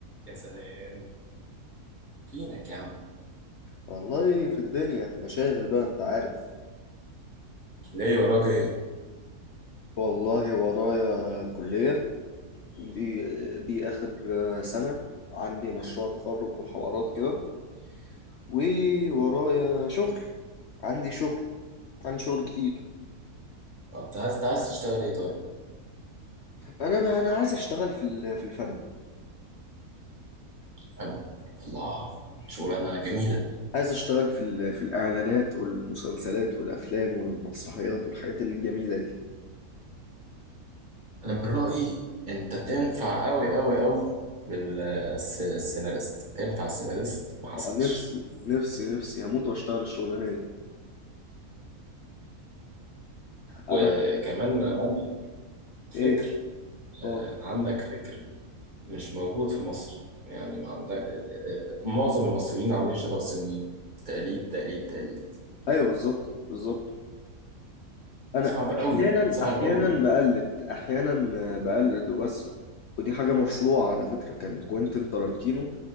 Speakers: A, on the right; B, on the left.
A: يا سلام فينك يا عم
B: والله في الدنيا مشاغل بقى انت عارف
A: ليه وراك ايه؟
B: والله ورايا كلية دي دي آخر سنة عندي مشروع تخرج وحوارات كده وورايا شغل عندي شغل عندي شغل كتير
A: آه، انت عايز انت عايز تشتغل ايه طيب؟
B: انا ما انا عايز اشتغل في ال- في الفن
A: حلو الله شغلانة جميلة
B: عايز اشتغل في ال- في الاعلانات والمسلسلات والافلام والمسرحيات والحاجات الجميلة دي
A: انا من رأيي انت تنفع قوي قوي قوي بالسيناريست تنفع سيناريست ما حصلش
B: نفسي نفسي نفسي هموت واشتغل الشغلانة دي
A: وكمان
B: انا
A: عندك فكر
B: ايه اه
A: آه، عندك فكر مش موجود في مصر يعني ما عندك آه، آه، معظم المصريين عاملين شبه الصينيين تقليد تقليد تقليد
B: ايوه بالظبط بالظبط انا
A: صعب قوي
B: احيانا
A: صعب
B: احيانا
A: قوي
B: بقلد احيانا آه، بقلد وبسرق ودي حاجة مشروعة على فكرة كان كوينتين تارانتينو